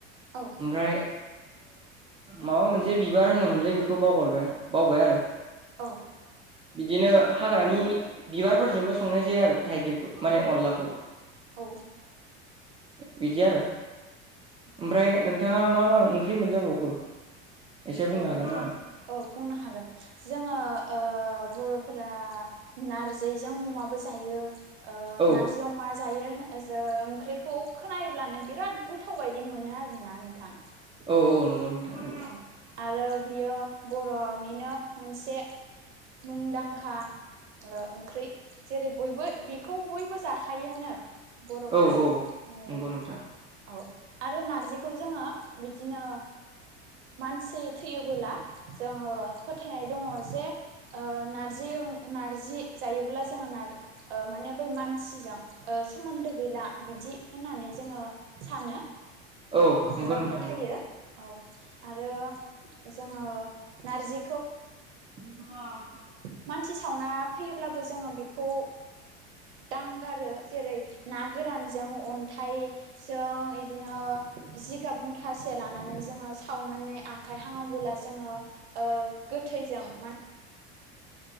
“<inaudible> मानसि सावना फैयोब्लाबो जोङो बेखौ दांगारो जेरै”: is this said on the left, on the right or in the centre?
Right